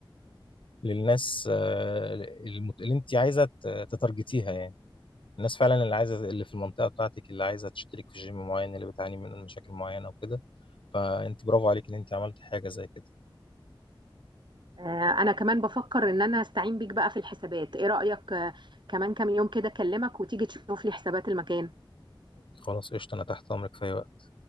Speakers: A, on the left; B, on the right.
A: للناس آه، المت- اللي انت عايزه ت- تتارجتيها يعني الناس فعلا اللي عايزه اللي في المنطقه بتاعتك اللي عايزه تشترك في جيم معين اللي بتعاني من مشاكل معينه وكده فانت برافو عليك ان انت عملت حاجه زي كده
B: آه، انا كمان بفكر ان انا استعين بيك بقى في الحسابات ايه رأيك آه، كمان كام يوم كده اكلمك وتيجي تشوف لي حسابات المكان
A: خلاص قشطه انا تحت امرك في أي وقت.